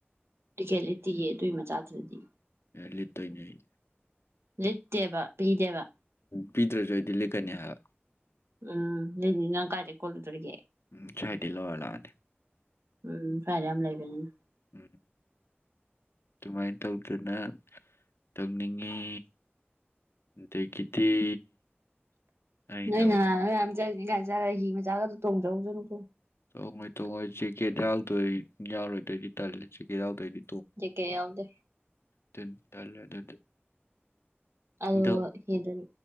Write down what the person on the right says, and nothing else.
ꯖꯤꯀꯦꯠ ꯂꯩꯇꯤꯑꯦ ꯑꯇꯨꯏ ꯃꯆꯥꯥꯗꯨꯗꯗꯤ
ꯂꯤꯠꯇꯦꯕ ꯄꯤꯗꯦꯕ
ꯎꯝ ꯂꯤꯠꯅꯤ ꯅꯪ ꯀꯥꯏꯗꯒꯤ ꯀꯣꯠꯂꯨꯗꯧꯔꯤꯒꯦ
ꯎꯝ ꯁꯋꯥꯏꯗ ꯌꯥꯝ ꯂꯩꯕꯅꯤꯅ
ꯅꯣꯏ ꯅ ꯅꯣꯏ ꯌꯥꯝ ꯆꯅꯤ ꯀꯥꯏ ꯆꯥꯔ ꯍꯤ ꯃꯆꯥꯒ ꯑꯗꯨ ꯇꯣꯡꯖꯧꯁꯅꯨꯀꯣ
ꯖꯦꯛꯀꯦꯠ ꯌꯥꯎꯗꯦ
ꯑꯂꯣ
ꯇꯤꯗꯨꯟ